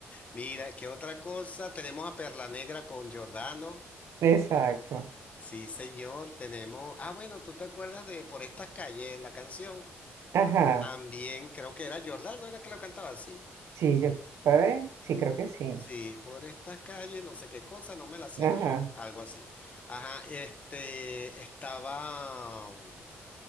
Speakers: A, on the left (about 30°); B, on the right (about 85°).
A: Mira, ¿qué otra cosa? Tenemos a Perla Negra con Giordano.
B: exacto.
A: Sí, señor, tenemos, ah, bueno, ¿tú te acuerdas de Por estas calles, la canción?
B: Ajá,
A: También creo que era Giordano, era que lo cantaba así.
B: sí, yo, a ver, sí, creo que sí.
A: Sí, por estas calles, no sé qué cosa, no me la sé
B: Ajá.
A: más, algo así. Ajá, este, estaba, mm,